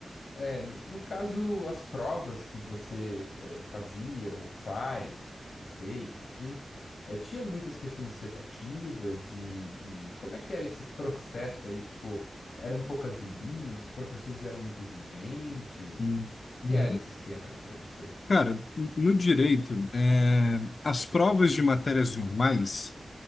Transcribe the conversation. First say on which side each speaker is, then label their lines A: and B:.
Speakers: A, on the left (about 80°); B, on the left (about 65°).
A: É, no, no caso, as provas que você é, fazia, ou faz, ou fez, enfim, é, tinham muitas questões dissertativas e, e como é que era esse processo aí? Tipo, eram poucas linhas, os professores eram muito exigentes.
B: Uhum.
A: Como que
B: Uhum.
A: era esse esquema aí para você?
B: Cara, no direito, é, as provas de matérias normais.